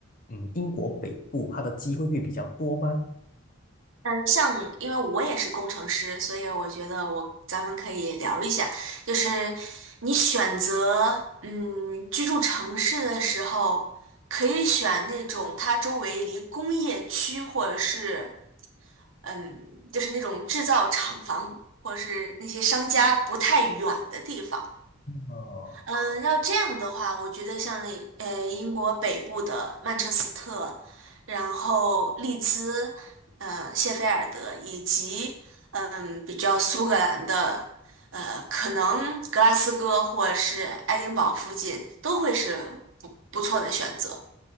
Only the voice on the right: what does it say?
嗯，像因为我也是工程师，所以我觉得我咱们可以聊一下，就是你选择嗯居住城市的时候，可以选那种它周围离工业区或者是嗯就是那种制造厂房或者是那些商家不太远的地方。
嗯，要这样的话，我觉得像呃英国北部的曼彻斯特，然后利兹，呃谢菲尔德，以及嗯比较苏格兰的，呃可能格拉斯哥或者是爱丁堡附近都会是不不错的选择。